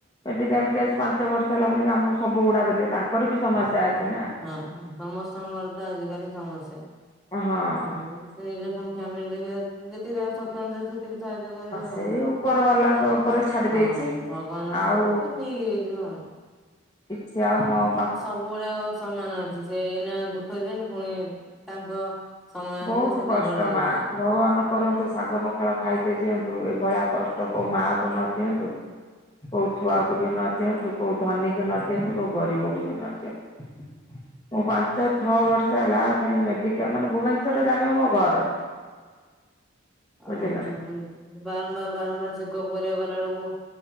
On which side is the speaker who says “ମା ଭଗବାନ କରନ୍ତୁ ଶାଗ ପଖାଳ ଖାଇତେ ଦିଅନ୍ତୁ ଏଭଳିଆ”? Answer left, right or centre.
Left